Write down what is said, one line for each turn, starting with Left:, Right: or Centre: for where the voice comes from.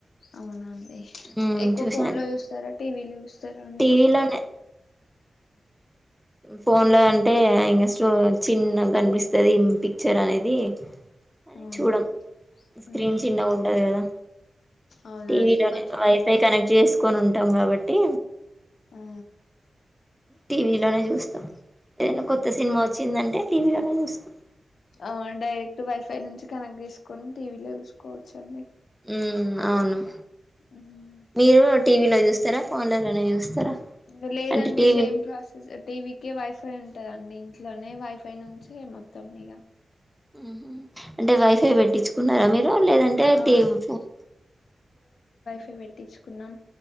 Left: అవునండి
Centre: ఉమ్
Left: ఎక్కువ
Centre: చూసాను
Left: ఫోన్ లో చూస్తారా టీవీలో చూస్తారా అండి
Centre: టీవీలోనే
Left: <inaudible>
Centre: ఫోన్ లో అంటే ఇంగ స్లో చిన్నగా కనిపిస్తది పిక్చర్ అనేది అని
Left: అవును
Centre: చూడం స్క్రీన్
Left: ఉమ్
Centre: చిన్నగా ఉంటది కదా
Left: అవునండి
Centre: టీవీలోనే
Left: కొంచెం
Centre: వైఫై కనెక్ట్ చేసుకొని ఉంటాం కాబట్టి
Left: ఆ
Centre: టీవీలోనే చూస్తాం ఏదైనా
Left: ఉమ్
Centre: కొత్త సినిమా వచ్చిందంటే టీవీలోనే చూస్తాం
Left: ఆ డైరెక్ట్ వైఫై నుంచి కనెక్ట్ చేసుకొని టీవీలో చూసుకోవచ్చు అండి
Centre: ఉమ్ అవును
Left: ఉహు
Centre: మీరు టీవీలో చూస్తారా ఫోన్లలోనే చూస్తారా
Left: ఇంగా లేదు
Centre: అంటే
Left: అండి
Centre: టీవీ
Left: సేమ్ ప్రాసెస్ టీవీ కి వైఫై ఉంటంది అన్ నీ ఇంట్లోనే వైఫై నుంచి మొత్తం ఇక
Centre: ఉహు అంటే వైఫై పెట్టించుకున్నార మీర్ ఏం లేదంటే
Left: ఆ
Centre: టీవీ ఫోన్
Left: ఇవి వెట్టించుకున్నాం